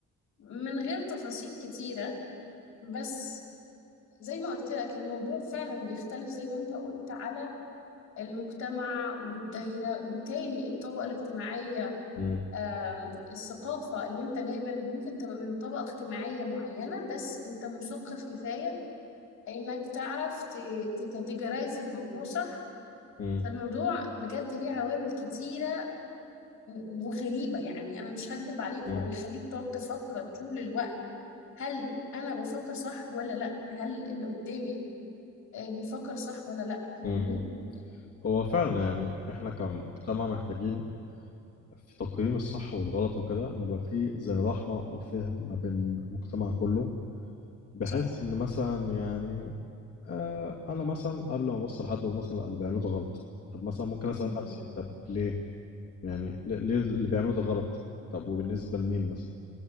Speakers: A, on the left; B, on the left.
A: من غير تفاصيل كتيرة بس زي ما قلت لك الموضوع فعلا بيختلف زي ما انت قلت على المجتمع والدايرة وتاني الطبقة الاجتماعية
B: مم.
A: آم، الثقافة اللي انت جاي منها ممكن تبقى من طبقة اجتماعية معينة بس انت مثقف كفاية انك تعرف تكاتيجرايز الموضوع صح
B: مم.
A: فالموضوع بجد ليه عوامل كتيرة و- وغريبة يعني انا مش هكدب عليك
B: مم.
A: هو يخليك تقعد تفكر طول الوقت هل انا بفكر صح ولا لا هل اللي قدامي آه، بيفكر صح ولا لا فاهمني
B: مم. هو فعلا يعني احنا كمجتمع محتاجين في تقييم الصح والغلط وكده نبقى فيه زي رحمة وفهم ما بين المجتمع كله بحيث
A: صح
B: ان مثلا يعني آه انا مثلا قبل ما ابص لحد واقول مثلا لا اللي بيعملوه ده غلط طب مثلا ممكن اسأل
A: مهم.
B: نفسي طب ليه يعني ليه ليه اللي بيعملوه ده غلط طب وبالنسبة لمين مثلا